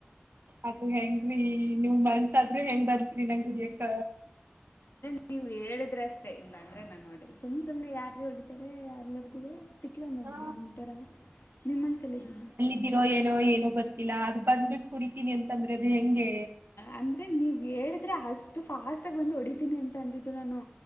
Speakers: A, on the right; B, on the left.
A: ಅದು ಹೆಂಗೀ ನೀಮ್ಮ ಮನ್ಸಾದ್ರೂ ಹೆಂಗ್ ಬತ್ರಿ ನಂಗ್ ಹೋಡಿಯೋಕ್ಕ
B: ನೀವ್ ಹೇಳಿದ್ರೆ ಅಷ್ಟೇ ಇಲ್ಲ ಅಂದ್ರೆ ನಾನ್ ನೋಡ ಸುಮ್ ಸುಮನೆ ಯಾರೀ ಹೊಡಿತಾರೆ ಯಾರ್ಲ್ಲರಿಗೂ ತಿಕ್ಲ ನನಗೆ
A: ಹಾ
B: ನಿಮ್ಮ ಥರ ನಿಮ್ಮ ಮನಸಲಿ ಎನ್ ಇದೆ
A: ಇದ್ದಿರೋ ಏನೋ ಏನೋ ಗೊತ್ತಿಲ್ಲ ಅದು ಬಂದ್ಬಿಟ್ಟು ಕುಡಿತೀನಿ ಅಂತಂದ್ರೆ ಅದು ಹೆಂಗೆ
B: ಅಂದರೆ ನೀವು ಹೇಳಿದ್ರೆ ಅಷ್ಟು ಫಾಸ್ಟಾಗಿ ಬಂದು ಹೊಡಿತೀನಿ ಅಂತ ಅಂದಿದ್ದು ನಾನು